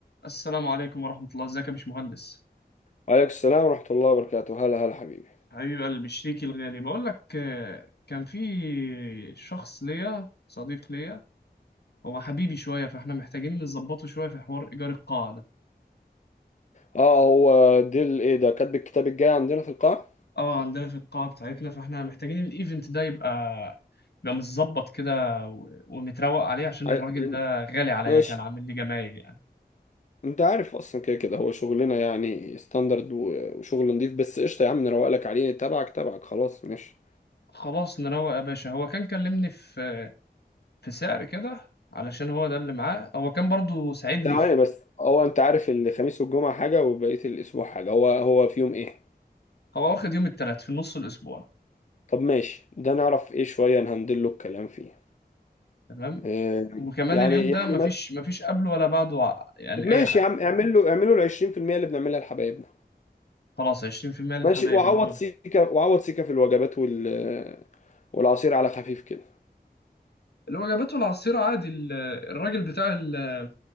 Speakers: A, on the left (about 75°); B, on the left (about 45°).
A: السلام عليكم ورحمة الله ازيك يا باشمهندس
B: عليك السلام ورحمة الله وبركاته هلا هلا حبيبي
A: حبيب قلبي شريكي الغالي بقول لك آه، كان في شخص ليا صديق ليا هو حبيبي شوية فاحنا محتاجين نظبطه شوية في حوار إيجار القاعة ده
B: اه هو ديل ايه ده كاتب الكتاب الجاي عندنا في القاعة
A: اه عندنا في القاعة بتاعتنا فاحنا محتاجين الإيفنت ده يبقى يبقى متظبط كده و- ومتروق عليه عشان
B: عي-
A: الراجل ده غالي عليا
B: ماشي
A: كان عامل لي جمايل يعني
B: انت عارف اصلا كده كده هو شغلنا يعني ستاندرد و- وشغل نضيف بس قشطة يا عم نروقلك عليه تبعك تبعك خلاص ماشي
A: خلاص نروق يا باشا هو كان كلمني في في سعر كده علشان هو ده اللي معاه هو كان برضو ساعدني
B: تعالى
A: في
B: بس هو انت عارف الخميس والجمعة حاجة وبقية الاسبوع حاجة هو هو في يوم ايه
A: هو واخد يوم التلات في نص الأسبوع
B: طب ماشي ده نعرف ايه شوية نهندل له الكلام فيه
A: تمام
B: آه
A: وكمان
B: يعني
A: اليوم ده
B: يعني
A: مفيش
B: ما...
A: مفيش قبله ولا بعده ع- يعني
B: طب ماشي
A: أي حاجة
B: يا عم اعمل له اعمل له ال 20% اللي بنعملها لحبايبنا
A: خلاص 20% للحبايب
B: ماشي وعوض
A: اللي هم
B: سيكا وعوض سيكا في الوجبات وال والعصير على خفيف كده
A: اللي هو جابته العصير عادي ال- الراجل بتاع ال-